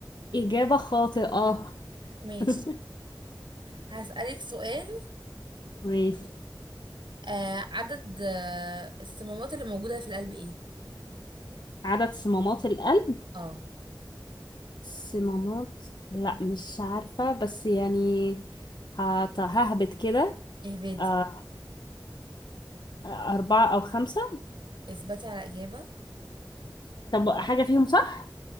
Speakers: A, on the left; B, on the right.
A: إجابة خاطئة
B: ماشي
A: <laughs>
B: هسألك سؤال
A: ماشي
B: آه عدد آه الصمامات اللي موجودة في القلب ايه
A: عدد صمامات القلب
B: اه
A: صمامات لا مش عارفة بس يعني هت- ههبط كده
B: اهبدي
A: آه، أربعة أو خمسة
B: اثبتي على إجابة
A: طب حاجة فيهم صح؟